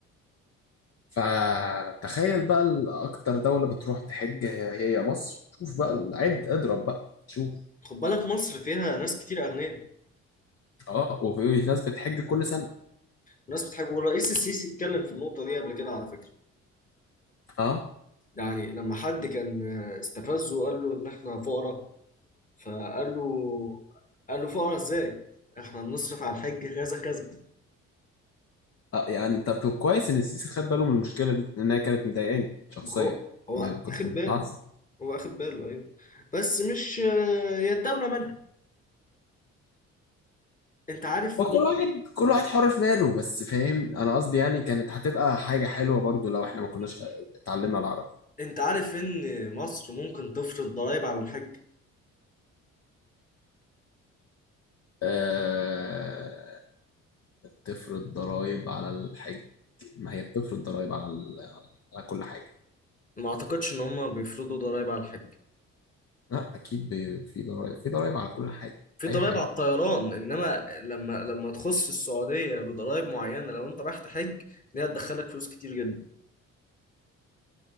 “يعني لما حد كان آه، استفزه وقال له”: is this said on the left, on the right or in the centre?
Left